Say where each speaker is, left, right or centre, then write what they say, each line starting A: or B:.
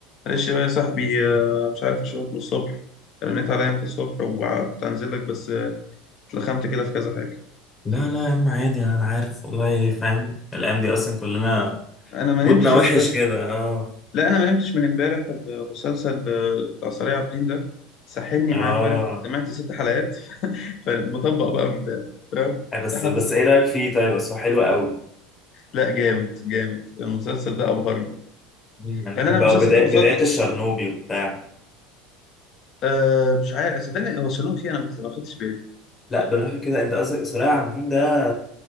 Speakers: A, on the left (about 50°); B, on the left (about 25°).
A: معلش بقى يا صاحبي آه، مش عارف اشوفك من الصبح رنيت عليا انت الصبح وكنت هنزل لك بس آه، اتلخمت كده في كذا حاجه
B: لا لا يا عم عادي انا عارف والله فاهم الايام دي اصلا كلنا
A: انا ما
B: مودنا
A: نمتش
B: وحش
A: اصلا
B: كده اه
A: لا انا ما نمتش من امبارح المسلسل آه، بتاع صريع عابدين ده ساحلني
B: اه
A: معاه امبارح سمعت ست حلقات <laughs> فمطبق بقى من امبارح فاهم
B: أي بس
A: لحد
B: بس
A: س...
B: ايه رايك فيه طيب بس هو حلو قوي
A: لا جامد جامد المسلسل ده ابهرني
B: مم، انا
A: يعني
B: بحب
A: انا المسلسل
B: قوي بدايه
A: ده قصادي
B: بدايه الشرنوبي وبتاع
A: أه مش عارف صدقني هو شالوه فيه انا ما ما خدتش بالي
B: لا بالراحه كده انت قصدك صلاح عابد الدين ده